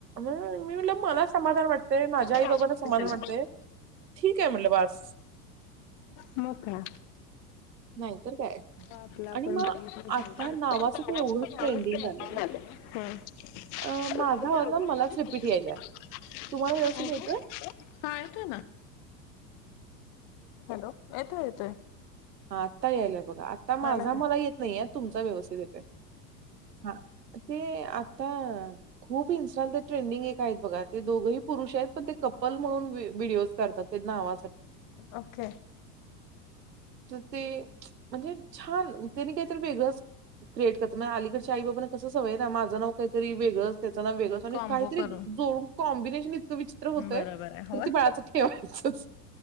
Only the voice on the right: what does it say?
मी म्हटलं मला समाधान वाटतेय माझ्या आई
बाबाांना समाधान
वाटते ठीक आहे मल्लबास
नाहीतर काय
आणि
मग
आता नावाचं ते एवढं
ट्रेंडिंग
आलंय ना,
अ, माझा आवाज ना मलाच
रिपीट यायलाय.
तुम्हाला व्यवस्थित येतोय?
हा आत्ता यायलाय बघा आता माझा
मला येत नाहीय तुमचा व्यवस्थित येते हा ते आता खूप इन्स्टानमध्ये ट्रेंडिंग एक आहेत बघा ते दोघंही पुरुष आहेत पण ते कपल म्हणून व्हडडीिओज करतात क नावा
तर ते म्हणजे छान त्यांनी काहीतरी वेगंच क्रिएट करतात म अलीकडच्या आई बाबाांना कसं सवय ना माझं नाव काहीतरी वेगं त्याचा ना वेगळं आणि
काहीतरी
जोडून कॉम्बिनेशन. क विचित्र होतय
तर ती बाळाच ठेवायच.